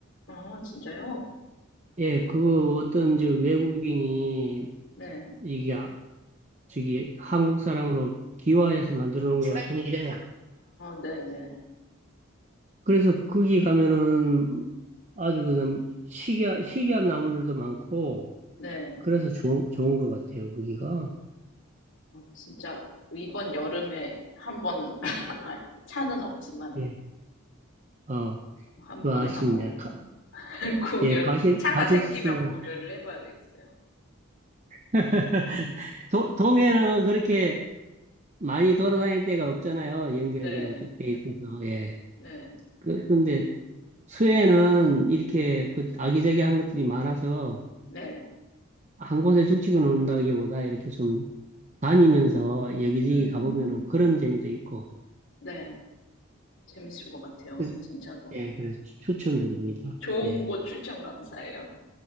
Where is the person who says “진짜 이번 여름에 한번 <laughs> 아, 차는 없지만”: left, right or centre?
Left